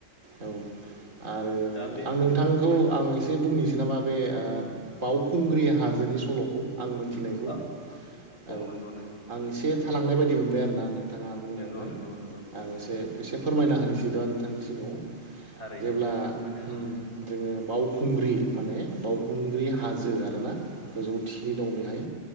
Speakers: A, on the right; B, on the left.
A: औ आरो
B: दा बे
A: आंनो नोंथांखौ आं एसे बुंनोसै नामा बे बावखुंग्रि हाजोनि सल'खौ आं मोनथिनायखौ
B: औ
A: औ
B: नंगौ नंगौ
A: आं एसे थालांनाय बायदि मोनबाय आरोना नोंथाङा बुंनायावहाय
B: नंगौ नंगौ नंगौ
A: आं एसे एसे फोरमायना होनोसै दा नोंथांनि सिगाङाव
B: थारैनो
A: जेब्ला
B: फोरमायनो हागोन
A: ओम
B: नोंथां
A: जोङो बावखुंग्रि माने बावखुंग्रि हा हाजो आरो ना गोजौ थिखिनि दं बेहाय